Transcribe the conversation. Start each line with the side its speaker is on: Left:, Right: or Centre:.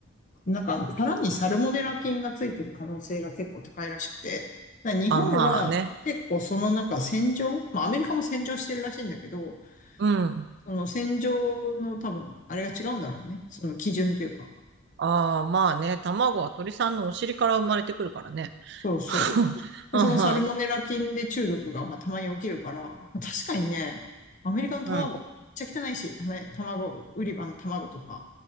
Left: なんか、殻にサルモネラ菌がついてる可能性が結構高いらしくて、な日本は結構そのなんか洗浄、
Right: あ、まあね。
Left: まあアメリカも洗浄してるらしいんだけど、
Right: うん。
Left: その戦場の多分、あれが違うんだろうね。その基準というか。
Right: ああ、まあね。卵は鳥さんのお尻から生まれてくるからね。
Left: そうそう。
Right: <laughs>
Left: で、
Right: ああ、
Left: そのサルモネラ菌で中毒が、まあ、たまに起きるから、まあ、確かにね、アメリカの卵、
Right: うん。
Left: めっちゃ汚いし、たま、卵、売り場の卵とか、